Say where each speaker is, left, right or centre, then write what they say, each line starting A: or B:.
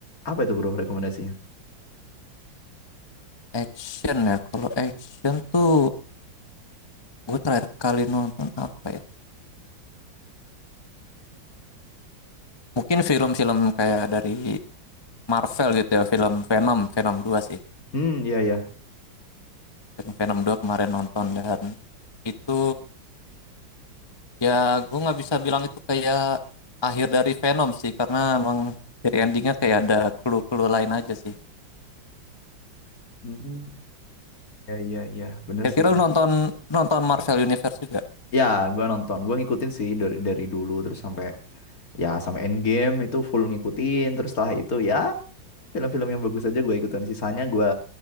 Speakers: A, on the left; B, on the left.
A: apa itu bro rekomendasinya?
B: Action ya. Kalau action tuh gue terakhir kali nonton apa ya? mungkin film-film kayak dari Marvel gitu ya film Venom Venom dua sih
A: Hmm, iya, iya.
B: film Venom dua kemarin nonton dan itu ya gue nggak bisa bilang itu kayak akhir dari Venom sih karena emang dari endingnya kayak ada clue-clue lain aja sih
A: Hmm, iya, iya, iya. Bener
B: kira-kira
A: sih.
B: lu nonton nonton Marvel Universe juga
A: Ya, gua nonton. Gua ngikutin sih dari, dari dulu terus sampai ya sampai end game itu full ngikutin terus setelah itu ya film-film yang bagus aja gue ikutin sisanya gue